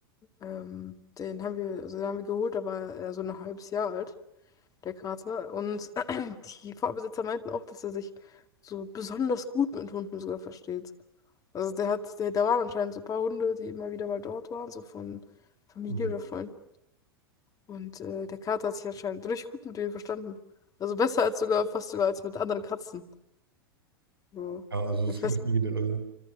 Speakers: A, on the left; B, on the right.
A: Ähm, den haben wir, also den haben wir geholt, da war er so ein halbes Jahr alt. der Kater. Und <clears throat> die Vorbesitzer meinten auch, dass er sich so besonders gut mit Hunden sogar versteht. Also der hat, der, da waren anscheinend so ein paar Hunde, die immer wieder mal dort waren, so von Familie
B: Mhm.
A: oder Freunden. Und äh, der Kater hat sich anscheinend richtig gut mit denen verstanden. Also besser als sogar, fast sogar als mit anderen Katzen. So,
B: Ja, also
A: ich
B: das kann
A: weiß.
B: ich mir generell